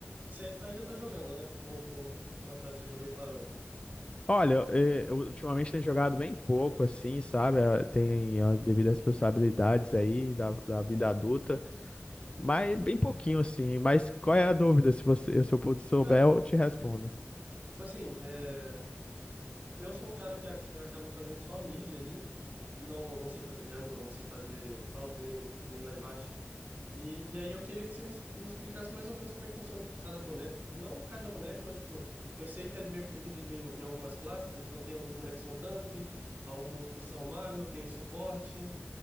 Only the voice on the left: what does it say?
Olha, eh, eu ultimamente tenho jogado bem pouco, assim, sabe? Ah, Tem as devidas responsabilidades aí da, da vida adulta, mas bem pouquinho, assim.
Mas qual é a dúvida? Se você, se eu puder souber,
eu te respondo.